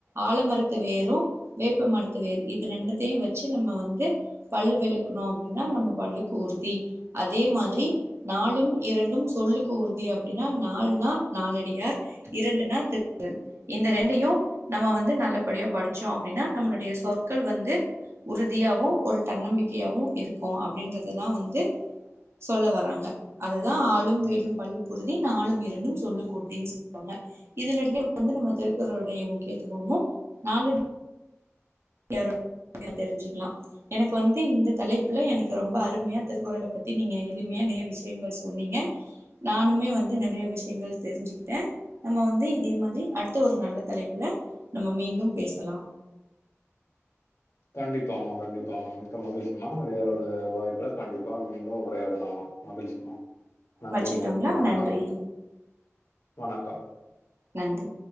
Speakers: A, on the right; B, on the left.
A: ஆல மரத்து வேரு வேப்ப மருத்து வேரு இது ரெண்டுத்தையு வெச்சு நம்ம வந்து பல்லு வெளக்குணோ அப்டின்னா நம்ம பல்லுக்கு உறுதி அதே மாதிரி நாலும் இரண்டும் சொல்லுக்கு உறுதி அப்டின்னா நால்னா நாலடியார் இரண்டுனா திருக்குறள் இந்த ரெண்டையுநம்ம வந்து நல்லபடியா படிச்சோ அப்டின்னா நம்மளுடைய சொற்கள் வந்து உறுதியாவு ஒரு தன்னம்பிக்கையாவு இருக்கு அப்டின்றதுதா வந்து சொல்ல வராங்க அததா ஆலும் வேலும் பள்ளுக்குறுதி நாலும் இரண்டும் சொல்லுக்குறுதின் சொல்லுவாங்க இதுல இருந்தே வந்து நம்ம திருக்குறளுடைய முக்கியத்துவமு நாலடி யாரோட <unintelligible> தெரிஞ்சுக்லா எனக்கு வந்து இந்த தலைப்புல எனக்கு ரொம்ப அருமையா திருக்குறள பத்தி நீங்க எளிமியா நெறைய விஷயங்கள் சொன்னீங்க நானுமே வந்து நெறைய விஷ்யங்கள் தெரிஞ்சுகிட்டே நம்ம வந்து இதே மாரி அடுத்த ஒரு நல்ல தலைப்புல நம்ம மீண்டும் பேசலா
B: கண்டிப்பாமா கண்டிப்பாமா மிக்க மகிழ்ச்சிமா வேறொரு வாய்ப்புல கண்டிப்பா மீண்டு உரையாடலாமா மகிழ்ச்சிமா நன்றிமா
A: வச்சுட்டுங்களா
B: வணக்கம்
A: நன்றி
B: வணக்கம்
A: நன்றி